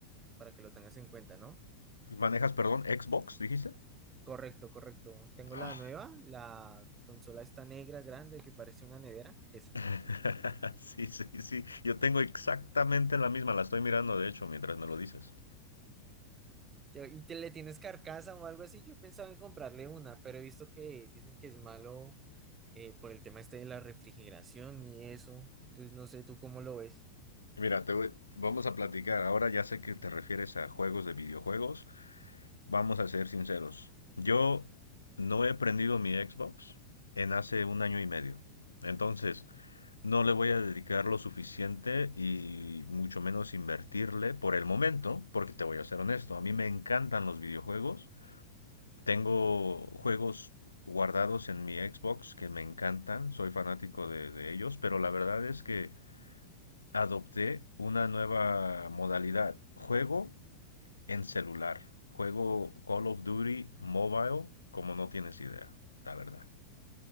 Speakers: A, on the right; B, on the left.
A: para que lo tengas en cuenta, ¿no?
B: ¿Tú ¿Manejas, perdón, Xbox, dijiste?
A: Correcto, correcto. Tengo
B: Ah,
A: la nueva, la consola esta negra grande que parece una nevera, esa.
B: <laughs> Sí, sí, sí. Yo tengo exactamente la misma, la estoy mirando, de hecho, mientras me lo dices.
A: Yo- ¿Y te le tienes carcasa o algo así? Yo pensaba en comprarle una, pero he visto que dicen que es malo eh, por el tema este de la refrigeración y eso. Entonces no sé tú cómo lo ves.
B: Mira, te voy- vamos a platicar. Ahora ya sé que te refieres a juegos de videojuegos. Vamos a ser sinceros. Yo no he prendido mi Xbox en hace un año y medio. Entonces, no le voy a dedicar lo suficiente y mucho menos invertirle por el momento, porque te voy a ser honesto, a mí me encantan los videojuegos. Tengo juegos guardados en mi Xbox que me encantan, soy fanático de, de ellos, pero la verdad es que adopté una nueva modalidad. Juego en celular. Juego Call of Duty Mobile como no tienes idea, la verdad.